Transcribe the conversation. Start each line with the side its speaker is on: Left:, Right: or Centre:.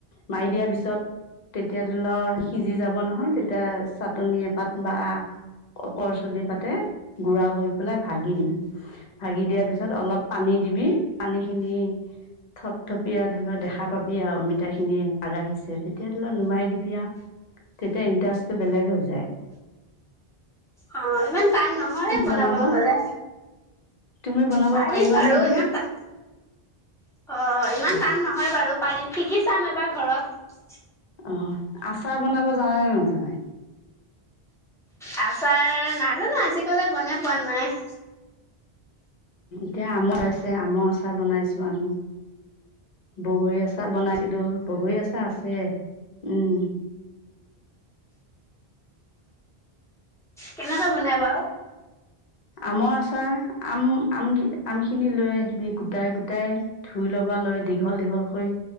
Left: মাৰি দিয়াৰ পিছত তেতিয়া ধৰি লওক সিজি যাব নহয় তেতিয়া চা টনিয় এ পাত বা কৰচলি পাতে গুড়া কৰি পেলাই ভাগি দিবি, ভাগি দিয়াৰ পিছত অলপ পানী দিবি পানীখিনি থপ থপ পিয়া ধৰি লওক দেখা পাবি আৰু অমিতাখিনি আগাঢ়িছে তেতিয়া ধৰি লও নুমাই দিবি আৰু। তেতিয়া ইণ্টাস বেলেগ হৈছ চে।
Centre: অ ইমান টান নহয় বনাবলৈ
Left: বনাব
Centre: হ'লে।
Left: তুমি বনাব
Centre: পাৰিম
Left: পাৰিবানে
Centre: বাৰু
Left: এতিয়া
Centre: ইমান টা, অ ইমান
Left: অ
Centre: টান নহয় বাৰু। পাৰিম শিকি চাম এবাৰ ঘৰত।
Left: অ আচাৰ বনাব জানে নে নাজানা?
Centre: আচাৰ নাজানো আজিকলে বনাই পোৱা নাই।
Left: এতিয়া আমৰ আছে, আমৰ আচাৰ বনাইছো আমি। বগৰী আচাৰ চাৰ বনাইছিলো, বগৰী আচাৰ আছে। উম।
Centre: কেনেকৈ বনাই বাৰু?
Left: আমৰ আচাৰ, আম আম আম খিনি লৈ আহিবি গোটাই গোটাই ধুই লবা লৈ দীঘল দীঘল কৰি